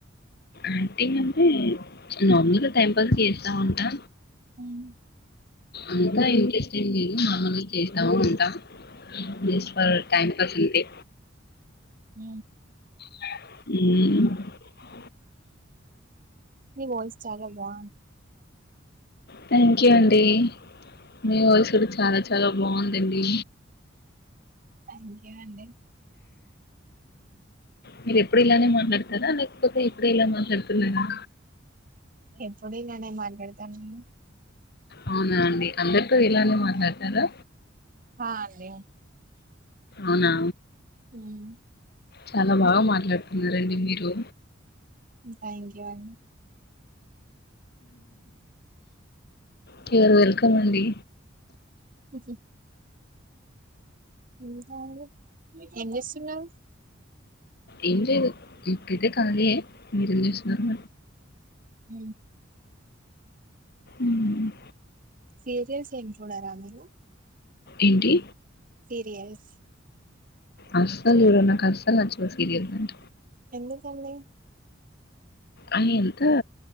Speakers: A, on the left; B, on the right.
A: యాక్టింగ్ అంటే నమూలుగా టైం పాస్ చేస్తా ఉంటా
B: హ్మ్.
A: అంతా ఇంట్రెస్టింగ్ మామూలుగా చేస్తాము ఉంటాస్ట్ ఫర్ టైమికల్స్ ఉంటే
B: ఆ
A: హ
B: నివో చాలా బా
A: థ్యాంక్ యూ అండి మీ వయసు కూడా కూడా చాలా చాలా బాగుందండి
B: థ్యాంక్ యూ అండి
A: మీరు ఎప్పుడు ఇలానే మాట్లాడతారా లేకపోతే ఇప్పుడ ఇలా మాట్లాడుతున్నారా
B: ఎప్పుడ నన్న మాట్లాడతానును
A: అవునా అండి అందరితో ఇలానే మాట్లాడతారు
B: హా అండి
A: అవునా
B: హ్మ్.
A: చాలా బాగా మాట్లాడుతున్నారండి మీరు
B: థ్యాంక్ యూ అ
A: కేరు వెల్కమ్ అండి
B: హ్మ్ మీ కాగ ఎంత ఇస్తున్నా
A: ఇ ఇప్పద్ద కాలే మీరం చేస్తున్నారు
B: అ
A: మ్మ్ హ్మ్
B: సీరియల్స్ ఏం చూడరాా మీరు
A: ఏంటి
B: సీరియల్స్
A: అస్సలు చూడను నాకు అస్సల్ నచ్చవు సీరియల్స్ అంట
B: ఎందుకండి
A: అవి ఎంత